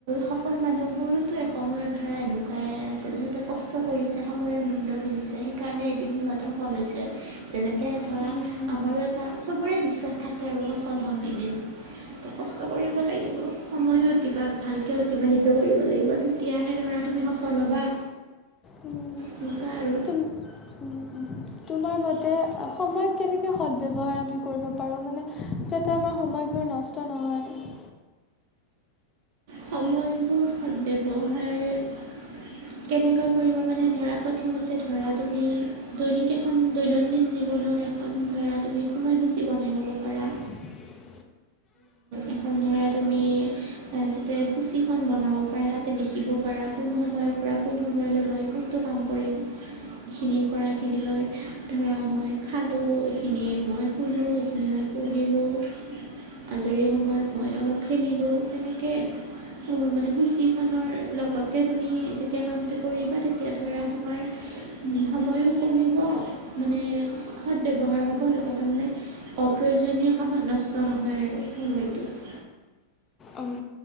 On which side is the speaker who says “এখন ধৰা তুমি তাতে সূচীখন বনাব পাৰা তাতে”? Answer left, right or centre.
Right